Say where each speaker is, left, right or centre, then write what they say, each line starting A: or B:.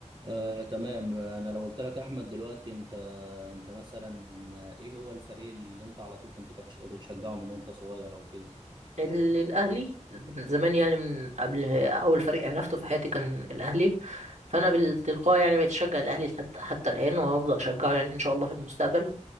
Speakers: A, on the right; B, on the right.
A: آه، تمام انا لو قلت لك احمد دلوقتي انت انت مثلا آه، ايه هو الفريق اللي انت على طول كنت بتش- بتشجعه من وانت صغير او كده
B: ال- الاهلي من زمان يعني من قبل اول فريق عرفته في حياتي كان الاهلي فانا بالتلقاء يعني بقيت اشجع الاهلي لحد حتى الان وهفضل اشجعه يعني ان شاء الله في المستقبل